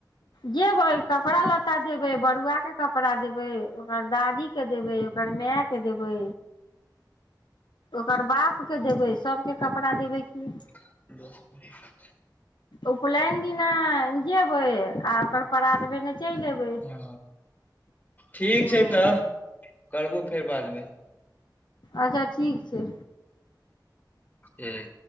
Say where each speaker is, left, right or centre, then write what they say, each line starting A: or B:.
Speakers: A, on the left (about 70°); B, on the left (about 25°).
A: जेबै कपड़ा लत्ता देबै बड़ुआके कपड़ा देबै ओकर दादीके देबै ओकर मायके देबै ओकर बापके देबै सभके कपड़ा देबै की
B: <unintelligible>
A: उपलैन दिना जेबै आ ओकर परात भेने चलि एबै
B: ह ठीक
A: हँ
B: छै तऽ करबौ फेर बादमे
A: अच्छा ठीक छै
B: ठीक